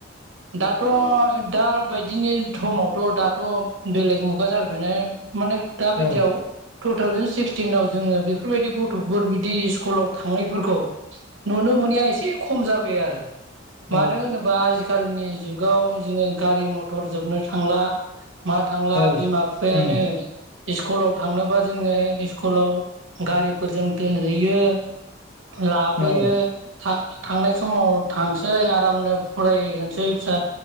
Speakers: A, on the right (about 80°); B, on the left (about 60°).
A: दाथ' दा बायदिनि समावथ' दाथ' बेलेग मुगा जाफैबायनाय माने दाबायदियाव
B: औ
A: तु थावजेन सिक्सटिनाव जोङो बेफोरबायदि गथ'फोर बिदि स्कुलाव थाङैफोरखौ नुनो मोनैया एसे खम जाबाय आरो
B: औ
A: मानो होनोबा आजिखालिनि जुगाव जोङो गारि मथर जोबनो थांला मा थांला
B: औ
A: बिमा बिफायानो
B: उम
A: स्कुलाव थांनोबा जोङो स्कुलाव गारिफोरजों दोनहैयो लाबोयो
B: औ
A: थां थांनाय समाव थांसै आरामनो फरायहोनोसै फिसा